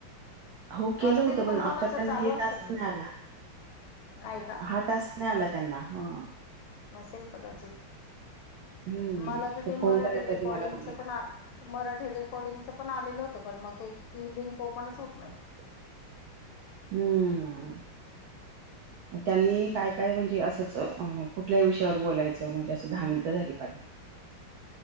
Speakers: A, on the right (about 90°); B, on the left (about 80°).
A: हो केलं
B: असतील
A: होत पण
B: कोणाच
A: आता त्यांना
B: चालू
A: हे
B: असेल
A: टास्क नाही आला
B: नाही का
A: हा टास्क नाही आला त्यांना हा
B: नसेल कदाचित
A: हम्म,
B: मला तर ते
A: फोन
B: मराठी
A: करायच्या
B: रेकॉर्डिंगच
A: आधी मला बोलल्या.
B: पण मराठी रेकॉर्डिंगच पण आलेलं होतं, पण मग ते ती लिंक ओपणच होत नाही.
A: ह. हम्म, त्यांनी काय काय म्हणजे, असंच अ कुठल्याही विषयावर बोलायचं, म्हणजे असं दहा मिनिटं झाली पाहिजे.